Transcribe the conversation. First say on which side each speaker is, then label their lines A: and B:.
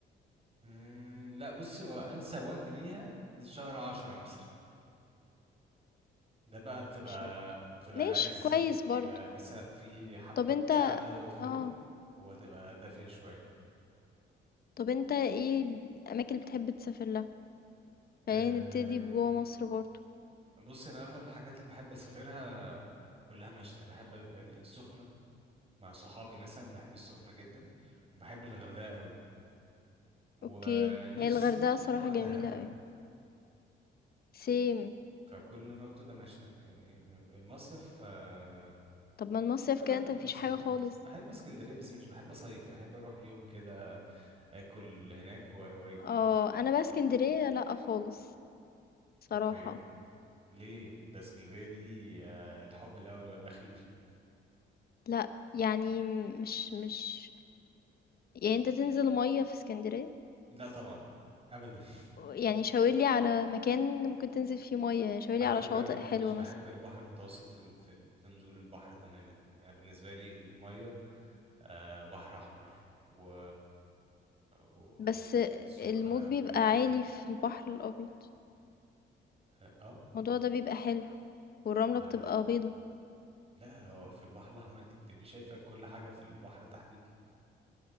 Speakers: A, on the right; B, on the left.
A: أمم، لا بصي هو انسب وقت ليها شهر عشرة مثلا ده بقى بتبقى
B: مش
A: بتبقى
B: ماشي
A: العز
B: كويس
A: بي-
B: برضه.
A: بيبقى لسه في حبة
B: طَب أنت
A: ساعة بدأوا يدخلوا
B: آه،
A: وهتبقى دافية شوية
B: طَب أنت إيه الأماكن اللي بتحب تسافر لها؟
A: أه
B: خلّينا نبتدي بجوّه مصر برضه.
A: بصي أنا أغلب الحاجات اللي بحب أسافرها كلها مشتى بحب السخنة مع صحابي مثلا بحب السخنة جدا وبحب الغردقة قوي ونفسي
B: أوكي، هي الغردقة الصراحة
A: أروح
B: جميلة
A: دهب
B: أوي same
A: فكل اللي انا قلته ده مشتى يعني المصيف آه،
B: طَب ما المصيف
A: نفسي
B: كده
A: اروح
B: أنت
A: م-
B: ما فيش
A: مرسى
B: حاجة
A: مطروح
B: خالص.
A: بحب اسكندريه بس مش بحب اصيف يعني بحب اروح يوم كده اكل هناك و- واجي
B: آه،
A: مش
B: أنا بقى إسكندرية لأ خالص صراحة،
A: اوكي ليه ده اسكندريه دي آه، الحب الاول والاخير
B: لأ، يعني مش مش يعني أنت تنزل مَيّة في إسكندرية؟
A: لا طبعا ابدا <laughs>
B: يعني شاورلي على مكان ممكن تنزل فيه مية يعني شاورلي
A: على
B: على
A: فكره
B: شواطئ
A: انا
B: حلوة
A: مش بحب
B: مثلا
A: البحر المتوسط في ال- في ال- في نزول البحر تماما يعني بالنسبه لي الميه آه، بحر احمر و... و...
B: بس
A: والسخنه
B: الموج
A: بقى
B: بيبقى
A: والكلام
B: عالي
A: ده كله
B: في البحر الأبيض
A: اه آه،
B: الموضوع ده بيبقى حلو والرملة
A: آه،
B: بتبقى بيضة
A: لا هو في البحر الأحمر أنت بتبقي شايفة كل حاجة في البحر تحتيكي